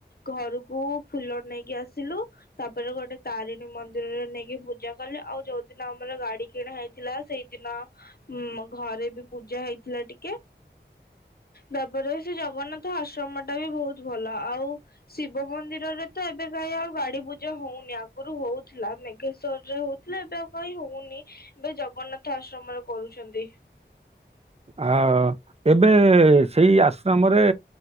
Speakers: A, on the left; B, on the right.
A: ଘରକୁ ଫୁଲ ନେଇକି ଆସିଲୁ ତାପରେ ଗୋଟେ ତାରିଣୀ ମନ୍ଦିରରେ ନେଇକି ପୂଜା କଲେ ଆଉ ଯୋଉଦିନ ଆମର ଗାଡି କିଣା ହେଇ ଥିଲା ସେଇଦିନ ମ ଘରେ ବି ପୂଜା ହେଇ ଥିଲା ଟିକେ। ତାପରେ ବି ସେ ଜଗନ୍ନାଥ ଆଶ୍ରମ ଟା ବି ବୁହୁତ୍ ଭଲ ଆଉ ଶିବ ମନ୍ଦିରରେ ତ ଏବେ କାଇଁ ଆଉ ଗାଡ଼ି ପୂଜା ହଉନି ଆଗରୁ ହଉଥିଲା। ମେଘେଶ୍ୱରରେ ହଉ ହେଲେ ଏବେ ଆଉ କାଇଁ ହଉନି। ଏବେ ଜଗନ୍ନାଥ ଆଶ୍ରମରେ କରୁଛନ୍ତି।
B: ଆଓ ଏବେ ସେଇ ଆଶ୍ରମରେ